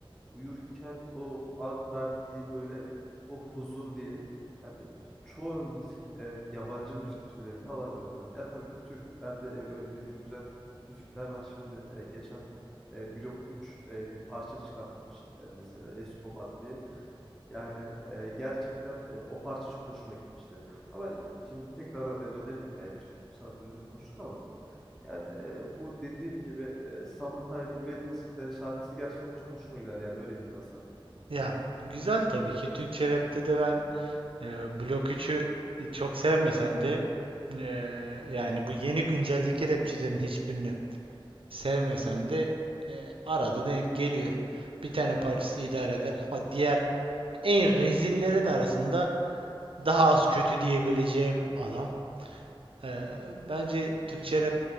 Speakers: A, in the centre; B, on the right.
A: uyurken o an verdiği böyle o huzur diyelim. Yani çoğu müzik e, yabancı müzik türlerinde alamıyorum tabii. ki. Yani tabii ki Türklerde e, böyle dinlediğim güzel müzikler var. Şimdi e, geçen e, Blok 3 e, bir parça çıkartmış e, mesela Escobar diye. Yani e, gerçekten e, o parça çok hoşuma gitmişti. Ama şimdi tekrardan e, dönelim. Yani Türk sanat müziğini konuştuk ama yani e, bu dediğim gibi e, Summertime Madness e, şarkısı gerçekten çok hoşuma gider yani öyle diyeyim ben sana.
B: Ya güzel tabii ki. Türkçe rapte de ben Ee, Blok 3'ü çok sevmesem de ee, yani bu yeni günceldeki rapçilerin hiçbirini sevmesem de ee, arada denk geliyor. Bir tane parçası idare eder ama diğer en rezillerin arasında daha az kötü diyebileceğim adam. Ee, bence Türkçe rap